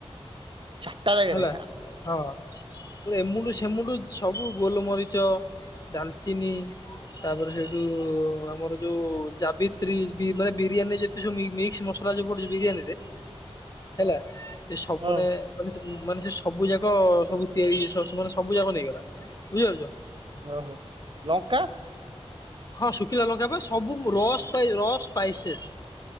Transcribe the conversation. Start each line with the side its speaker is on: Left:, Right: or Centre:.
Right: ଚାରିଟା ଜାଗାରେ
Left: ହେଲା। ହଁ ଏମୁଣ୍ଡୁ ସେମୁଣ୍ଡୁ ସବୁ ଗୋଲମରିଚ ଡାଲଚିନି ତାପରେ ସେଇଠୁ ଆମର ଯୋଉ ଯାବିତ୍ରୀ ବି ମାନେ ବିରିୟାନୀ ଯେତେ ସବୁ ମି ମିକ୍ସ ମସଲା ଯୋଉ ବିରିୟାନୀରେ ହେଲା ଏ ସବୁ
Right: ହଉ
Left: ମାନେ ମାନେ ସେ ମାନେ ସେ ସବୁ ଯାକ ସବୁ ତିଆରି ସେ ସେମାନେେ ସବୁ ଯାକ ନେଇଗଲା। ବୁଝିପାରୁଛ?
Right: ଓହୋ। ଲଙ୍କା?
Left: ହଁ ଶୁଖିଲା ଲଙ୍କା ପା ସବୁ ମୁ ରସ୍ ପା ରସ୍ ସ୍ପାଇସେସ୍।